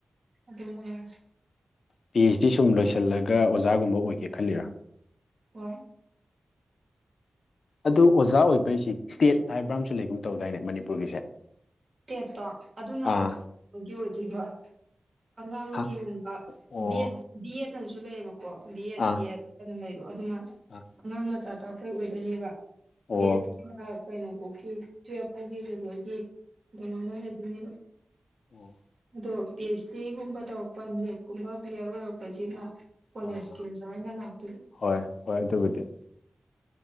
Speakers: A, on the right; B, on the left.
A: ꯑꯗꯨ ꯃꯉꯥꯏꯔꯦ
B: ꯄꯤ ꯑꯩꯆ ꯗꯤ ꯁꯨꯝ ꯂꯣꯏꯁꯤꯜꯂꯒ ꯑꯣꯖꯥꯒꯨꯝꯕ ꯑꯣꯏꯒꯦ ꯈꯜꯂꯤꯔ
A: ꯍꯣꯏ
B: ꯑꯗꯨ ꯑꯣꯖꯥ ꯑꯣꯏꯕꯩꯁꯤ ꯇꯦꯠ ꯍꯥꯏꯕ꯭ꯔꯥ ꯑꯃꯁꯨ ꯂꯩꯒꯨꯝ ꯇꯧꯗꯥꯏꯅꯦ ꯃꯅꯤꯄꯨꯔꯒꯤꯁꯦ
A: ꯇꯦꯠꯇꯣ ꯑꯗꯨ <unintelligible>
B: ꯑꯥ
A: ꯒꯤ ꯑꯣꯏꯗꯣꯏꯕ ꯑꯉꯥꯡꯒꯤꯒꯨꯝꯕ
B: ꯍꯥ ꯑꯣ
A: ꯕꯤ ꯑꯦꯠ ꯕꯤ ꯑꯦꯠꯅꯖꯨ ꯂꯩꯌꯦꯕꯀꯣ ꯕꯤ ꯑꯦꯠ
B: ꯑꯥ
A: ꯇꯦꯠ ꯑꯗꯨ ꯂꯩꯗꯣ ꯑꯗꯨꯅ
B: ꯑꯥ
A: ꯑꯉꯥꯡ ꯃꯆꯥ ꯇꯥꯛꯄꯩ ꯑꯣꯏꯗꯣꯏꯅꯦꯕ
B: ꯑꯣ
A: ꯕꯤ. ꯑꯦꯠ
B: ꯑꯥ
A: ꯑ ꯀꯩꯅꯣꯕꯧꯒꯤ ꯇꯨꯌꯦꯞ ꯐꯥꯎꯒꯤ ꯂꯦꯕꯦꯜꯒꯤ ꯑꯗꯨꯃꯥꯏꯅ ꯂꯩꯗꯣꯏꯅꯦꯕ
B: ꯑꯣ
A: ꯑꯗꯣ ꯄꯤ ꯑꯩꯆ ꯗꯤꯒꯨꯝꯕ ꯇꯧꯔꯛꯄ ꯅꯦꯠꯀꯨꯝꯕ ꯀ꯭ꯂꯤꯌꯥꯔ ꯑꯣꯏꯔꯛꯄꯖꯤꯅ ꯀꯣꯂꯦꯖꯀꯤ
B: ꯑꯥ
A: ꯑꯣꯖꯥ ꯑꯣꯏꯅ ꯂꯥꯛꯇꯣꯏꯕ
B: ꯍꯣꯏ ꯍꯣꯏ ꯑꯗꯨꯕꯨꯗꯤ